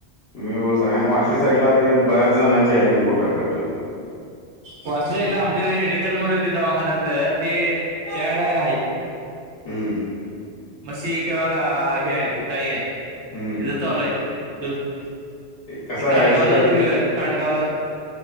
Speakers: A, on the left (about 70°); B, on the right (about 85°).
A: तुम्ही सांगा आणि वाशी साईडला ते बऱ्याच जणांचे आहेत गोटा प्रकल्प.
B: वासी साईडला आमच्या रेडेकर म्हण येत दवाखान्यातलं ते त्या आहेत.
A: हमं.
B: म्हशी किंवा हे आहे ती गाय आहेत.
A: हम्म
B: तिथेच आलोय दूध ते
A: कसा
B: कानगावला
A: आहे स्टडी
B: तिथं कानगावला.